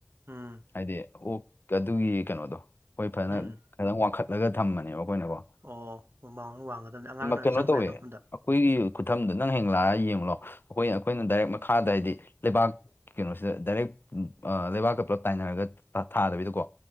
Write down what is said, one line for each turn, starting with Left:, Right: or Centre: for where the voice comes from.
Right: ꯎꯝ
Left: ꯍꯥꯏꯗꯤ ꯑꯣ ꯑꯗꯨꯒꯤ ꯀꯩꯅꯣꯗꯣ ꯑꯩꯈꯣꯏ ꯐꯖꯅ
Right: ꯎꯝ
Left: ꯀꯩꯅꯣ ꯋꯥꯡꯈꯠꯂꯒ ꯊꯝꯕꯅꯦꯕ ꯑꯈꯣꯏꯅꯀꯣ
Right: ꯑꯣ ꯃ ꯃꯃꯥꯡ ꯋꯥꯡꯒꯗꯕꯅꯤ ꯑꯉꯥꯡꯅ
Left: ꯀꯩꯅꯣ
Right: ꯆꯪꯕ
Left: ꯇꯧꯋꯦ
Right: ꯌꯥꯗꯕ ꯃꯐꯝꯗ
Left: ꯑꯩꯈꯣꯏꯒꯤ ꯈꯨꯊꯝꯗ ꯅꯪ ꯍꯌꯦꯡ ꯂꯛꯑꯒꯥ ꯌꯦꯡꯉꯣ ꯂꯥꯎ ꯑꯩꯈꯣꯏ ꯑꯩꯈꯣꯏꯅ ꯗꯥꯏꯔꯦꯛ ꯃꯈꯥꯗ ꯍꯥꯏꯗꯤ ꯂꯩꯕꯥꯛ ꯀꯩꯅꯣꯁꯤꯗ ꯗꯥꯏꯔꯦꯛ ꯑ ꯂꯩꯕꯥꯛꯀ ꯄꯨꯂꯞ ꯇꯥꯏꯅꯔꯒ ꯊꯥꯗꯕꯤꯗꯀꯣ